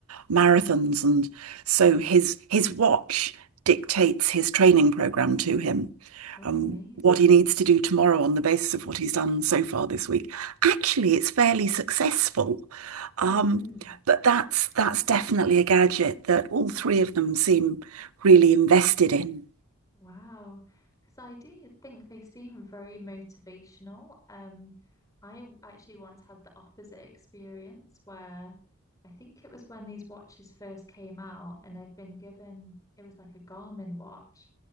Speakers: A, on the right; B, on the left.
A: marathons, and so his his watch dictates his training program to him.
B: Oh,
A: Um,
B: amazing.
A: what he needs to do tomorrow on the basis of what he's done so far this week. Actually, it's fairly successful. Um,
B: Mm.
A: but that's that's definitely a gadget that all three of them seem really invested in.
B: Wow. Because I do think they seem very motivational. Um, I w- actually once had the opposite experience where I think it was when these watches first came out, and I'd been given it was like a Garmin watch.